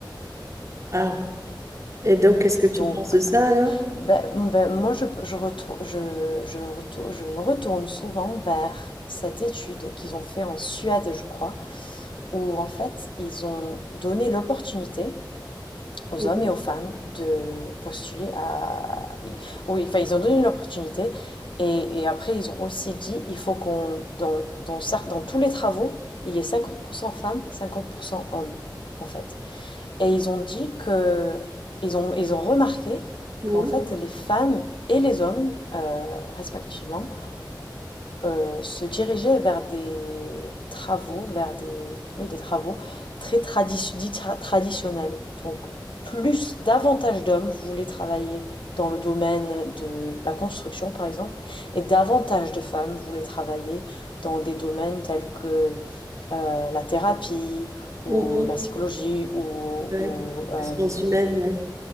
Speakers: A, on the right; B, on the left.
A: Ah. Et donc, qu'est-ce que tu
B: Donc,
A: penses de ça alors?
B: Ben, ben, moi, je, je, retrou- je, je, retou- je me retourne souvent vers cette étude qu'ils ont fait en Suède, je crois, où en fait, ils ont donné l'opportunité aux
A: Mhm.
B: hommes et aux femmes de postuler à... Oui, enfin, ils ont donné l'opportunité et, et après, ils ont aussi dit, il faut qu'on, dans, dans, cer- dans tous les travaux, il y ait 50% femmes, 50% hommes, en fait. Et ils ont dit que ils ont ils ont remarqué
A: Mhm.
B: qu'en fait les femmes et les hommes, heu, respectivement, heu, se dirigeaient vers des travaux, vers des oui des travaux très traditio dits tra traditionnels. Donc plus davantage d'hommes voulaient travailler dans le domaine de la construction, par exemple, et davantage de femmes voulaient travailler dans des domaines tels que euh, la thérapie ou
A: Mhm.
B: la psychologie ou,
A: Ouais.
B: ou, euh,
A: Les sciences humaines, ouais.